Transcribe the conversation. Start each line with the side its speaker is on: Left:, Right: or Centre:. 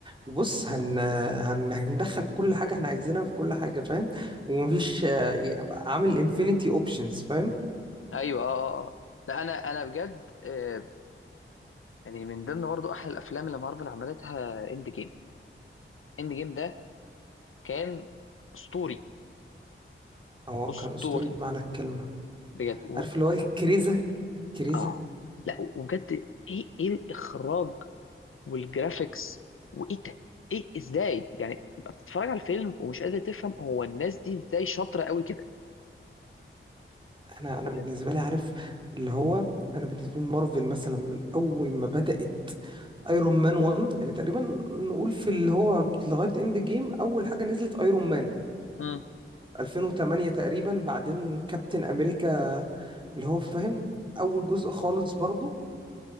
Right: وبص هن... هن... هندخل كل حاجه احنا عايزينها في كل حاجه فاهم ومفيش آه، يعني بقى عامل انفينيتي اوبشنز فاهم
Left: ايوه اه اه آه. لا انا انا بجد آه يعني من ضمن برضو احلى الافلام اللي مارفل عملتها اند جيم اند جيم ده كان اسطوري
Right: هو
Left: اسطوري
Right: كان اسطوري بمعنى الكلمه
Left: بجد و...
Right: عارف اللي هو إيه؟ كريزه كريزه
Left: اه لا وبجد ايه ايه الاخراج والجرافيكس وايه ده ايه ازاي يعني تبقى بتتفرج على الفيلم ومش قادر تفهم هو الناس دي ازاي شاطره قوي كده
Right: انا انا
Left: بجد.
Right: بالنسبه لي عارف اللي هو انا بالنسبه لي مارفل مثلا من اول ما بدات ايرون مان 1 يعني تقريبا نقول في اللي هو لغايه اند جيم اول حاجه نزلت ايرون مان
Left: امم
Right: 2008 تقريبا بعدين كابتن امريكا اللي هو فاهم اول جزء خالص برضو